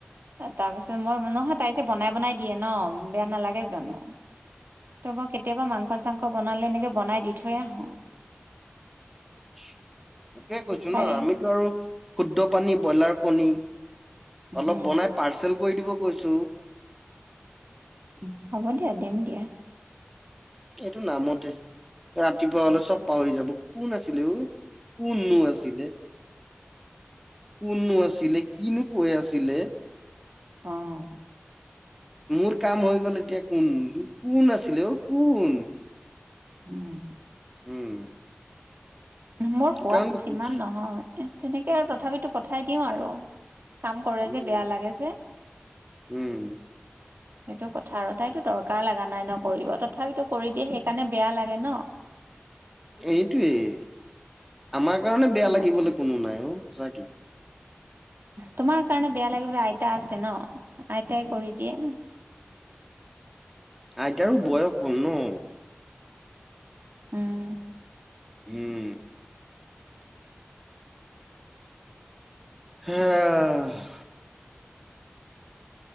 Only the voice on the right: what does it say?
এ তাৰপিছত মই নহয় তাই যে বনাই বনাই দিয়ে ন বেয়া নালাগে জানো। তাপা কেতিয়াবা মাংস চাংস বনালে এনেকে বনাই দি থৈ আহোঁ।
তাই
উম
উমহ' হ'ব দিয়া দিম দিয়া।
অঁ'
উম'
মোৰ
সোৱাদ সিমান
নহয়, এ তেনেকে আৰু তথাপিতো পঠাই দিওঁ আৰু। কাম কৰে
যে বেয়া লাগে যে।
সেইটো কথা আৰু তাইতো দৰকাৰ লগা নাই ন কৰিব তথাপিতো কৰি দিয়ে সেইকাৰণে বেয়া লাগে ন।
সেইটো
কথা
তোমাৰ কাৰণে বেয়া লাগিবলে আইতা আছে ন, আইতাই কৰি দিয়ে।
উম'